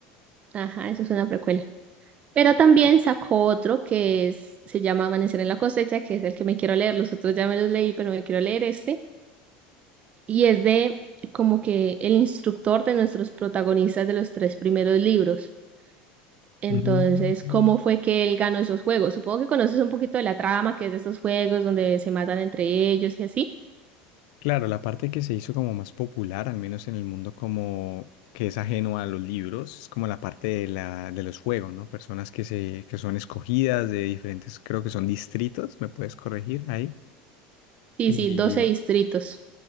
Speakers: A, on the right; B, on the left.
A: Ajá, eso es una precuela. Pero también sacó otro que es, se llama Amanecer en la cosecha, que es el que me quiero leer. Los otros ya me los leí, pero me quiero leer este y es de como que el instructor de nuestros protagonistas de los tres primeros libros. Entonces,
B: Mm.
A: ¿cómo fue que él ganó esos juegos? Supongo que conoces un poquito de la trama, que es de estos juegos donde se matan entre ellos y así.
B: Claro, la parte que se hizo como más popular, al menos en el mundo como que es ajeno a los libros, es como la parte de la, de los juegos, ¿no? Personas que se, que son escogidas de diferentes, creo que son distritos, me puedes corregir ahí.
A: Sí,
B: Y,
A: sí, 12 distritos.